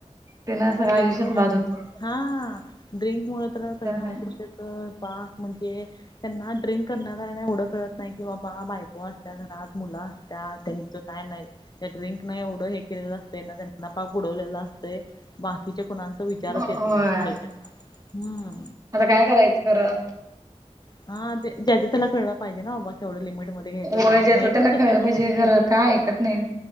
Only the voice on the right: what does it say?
तेना सगळ
आयुष्यच
बाद होतय
काय.
होय
आता काय करायचं खरं
होय
ज्याच
त्याला
कळलं पाहिजे खर काय ऐकत नाही